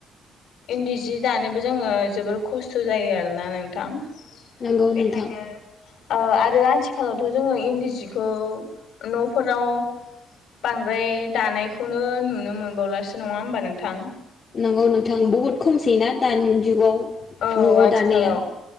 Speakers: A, on the left; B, on the left.
A: इन्दि जि दानोबो जोङो जोबोर खस्थ' जायो आरोना नोंथां।
B: नोंगौ
A: बेखायनो
B: नोथां।
A: ओ आरो आथिखालावथ' जोङो इन्दि जिखौ न'फोराव बांद्राय दानायखौनो नुनो मोनबावलासो नङा होमबा नोंथां।
B: नंगौ नोंथां बुहुद खमसै ना दानि जुगाव
A: औ
B: न'आव
A: आथिखालाव
B: दानाया